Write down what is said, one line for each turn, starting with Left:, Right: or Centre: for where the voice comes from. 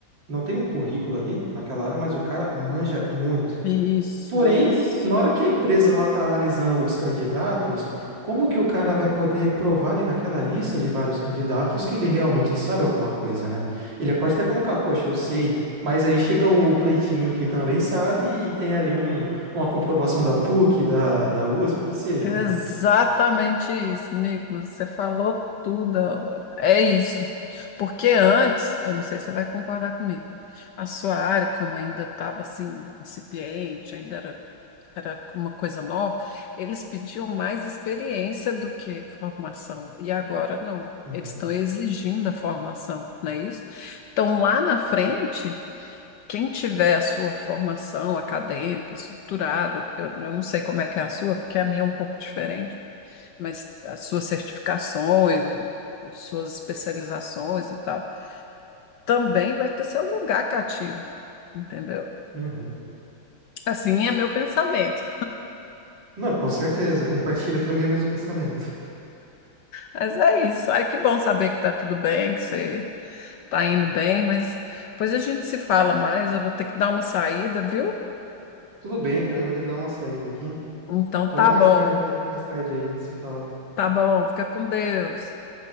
Right: não tem um currículo ali naquela área, mas o cara manja muito.
Left: Isso,
Right: Porém,
Left: isso.
Right: na hora que a empresa lá está analisando os candidatos, como que o cara vai poder provar ali naquela lista de vários candidatos que ele realmente sabe alguma coisa, né? Ele pode até colocar, poxa, eu sei, mas aí chega o Cleitinho que também sabe e tem ali um, uma comprovação da PUC, da, da USP, que seja,
Left: Exatamente
Right: né?
Left: isso, Nicolas. Você falou tudo. agora. É isso. Porque antes, eu não sei se você vai concordar comigo, a sua área, como ainda estava assim, incipiente, ainda era, era uma coisa nova, eles pediam mais experiência do que formação. E agora não.
Right: Uhum,
Left: Eles estão exigindo a formação, não é isso? Então, lá na frente. Quem tiver a sua formação acadêmica, estruturada, eu, eu não sei como é que é a sua, porque a minha é um pouco diferente mas as suas certificações, o- as suas especializações e tal, também vai ter seu lugar cativo, entendeu?
Right: uhum.
Left: Assim é meu pensamento.
Right: Não, com certeza, compartilho <laughs> também o mesmo pensamento.
Left: Mas é isso. Ai, que bom saber que tá tudo bem, que você tá indo bem, mas depois a gente se fala mais. Eu vou ter que dar uma saída, viu?
Right: Tudo bem, também vou ter que dar uma saída aqui.
Left: Então
Right: Então,
Left: tá
Right: mais
Left: bom,
Right: tarde, até, até mais tarde aí a gente se fala.
Left: tá bom. Fica com Deus.